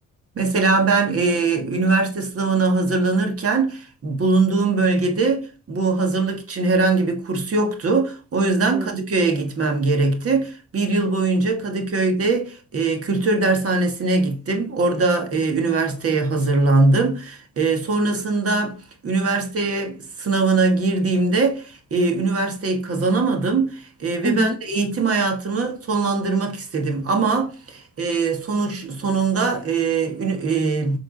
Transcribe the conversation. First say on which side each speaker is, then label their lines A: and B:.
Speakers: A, on the right; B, on the right.
A: Mesela ben eee, üniversite sınavına hazırlanırken bulunduğum bölgede bu hazırlık için herhangi bir kurs yoktu. O yüzden
B: Hı.
A: Kadıköy'e gitmem gerekti. Bir yıl boyunca Kadıköy'de e, kültür dershanesine gittim. Orada e, üniversiteye hazırlandım. E, sonrasında üniversiteye sınavına girdiğimde e, üniversiteyi kazanamadım E, ve
B: Hı hı.
A: ben de eğitim hayatımı sonlandırmak istedim. Ama e, sonuç sonunda e, ünü- e,